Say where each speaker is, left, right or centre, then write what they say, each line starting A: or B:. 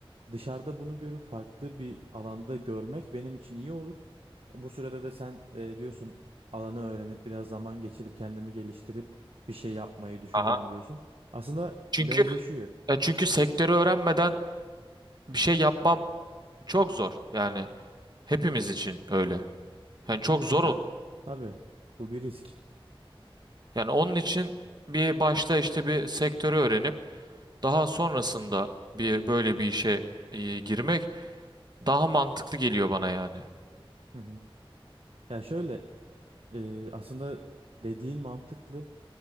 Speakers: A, on the right (about 75°); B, on the right (about 45°).
A: dışarıda bunu görüp farklı bir alanda görmek benim için iyi olur. E, Bu sürede de sen e, diyorsun alanı öğrenip biraz zaman geçirip kendimi geliştirip bir şey yapmayı düşünüyorum
B: Aha.
A: diyorsun. Aslında
B: Çünkü
A: benzeşiyor.
B: e, çünkü sektörü öğrenmeden bir şey yapmam çok zor. Yani hepimiz için öyle. Yani çok zor olur.
A: Ya, tabii bu bir risk.
B: Yani onun için bir başta işte bir sektörü öğrenip daha sonrasında bir böyle bir işe e, girmek daha mantıklı geliyor bana yani.
A: Hı hı. Ya şöyle e, aslında dediğin mantıklı